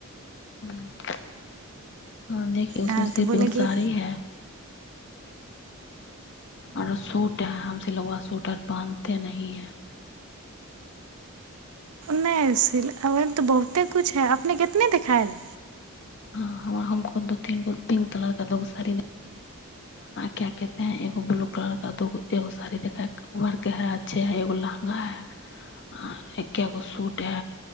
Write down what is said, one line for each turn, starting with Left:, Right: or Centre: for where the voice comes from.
Left: ह हँ देख उसमे
Right: हँ
Left: से
Right: तऽ बोले
Left: बहुत
Right: कि
Left: सारे है आरो सूट हम सिलवआ सूटर बान्हते नहं हैं
Right: ओहिमे तऽ बहुते कुछु है अपने कितने देखिखाायल
Left: ह हमको दू तीन गो पिंक कलर का दोगो साड़ी आ क्या कहेै एगो ब्लू कलर काग एगो साड़ी देखा वर्क है अच्छे है एगो लहंगा है आ एकगो सूट है